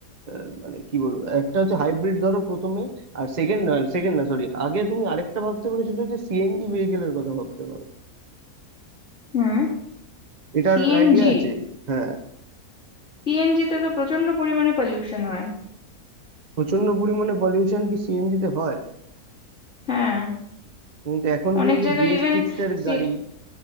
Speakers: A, on the right; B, on the left.
A: আহ, মানে কি বলবো একটা হচ্ছে হাইব্রিড ধরো প্রথমে আর সেকেন্ড না সেকেন্ড না সরি আগে তুমি আরেকটা ভাবতে পারো সেটা হচ্ছে সিএনজি ভেহিকেলের কথা ভাবতে পারো
B: হুম
A: এটার
B: সিএনজি
A: আইডিয়া আছে হ্যাঁ
B: সিএনজি তে তো প্রচন্ড পরিমাণে পলিউশন হয়
A: প্রচন্ড পরিমাণে পলিউশন কি সিএনজি তে হয়
B: হ্যাঁ
A: কিন্তু এখন
B: অনেক
A: কিন্তু
B: জায়গায়
A: বিএস
B: ইভেন
A: সিক্স এর
B: সি
A: গাড়ি